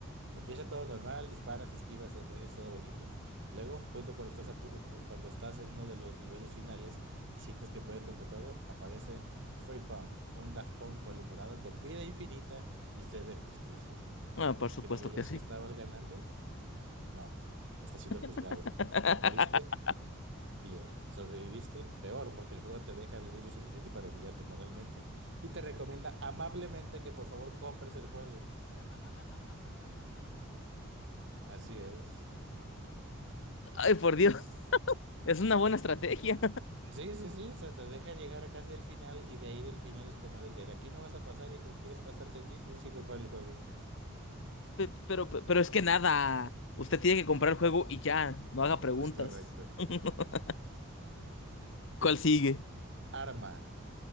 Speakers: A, on the right; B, on the left.
A: Empieza todo normal, disparas, esquivas, sonríes, todo bonito. Luego, junto cuando estás, a pu- eh, cuando estás en uno de los niveles finales y sientes que puedes contra todo, aparece Free Punk, un Daft Punk malhumorado con vida infinita y sed de justicia.
B: Ah, por supuesto
A: ¿Creías
B: que sí.
A: que estabas ganando? No, estás siendo juzgado.
B: <laughs>
A: ¿Moriste? Bien. ¿Sobreviviste? Peor, porque el juego te deja vivir lo suficiente para humillarte moralmente. Y te recomienda amablemente que por favor compres el juego. Así es.
B: Ay, por Dios, es una buena estrategia.
A: Sí, sí, sí, o sea, te deja llegar casi al final y de ahí del final es como de que de aquí no vas a pasar, hijo, quieres pasarte aquí, tienes que comprar el juego.
B: Pe- Pero, pe- pero es que nada, usted tiene que comprar el juego y ya, no haga preguntas.
A: Es correcto.
B: <laughs> ¿Cuál sigue?
A: Arma